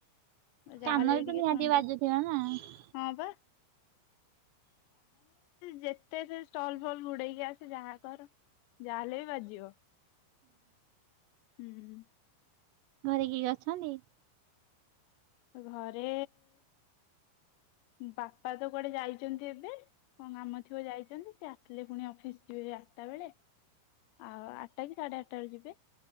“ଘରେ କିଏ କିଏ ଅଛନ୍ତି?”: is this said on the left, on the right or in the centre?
Right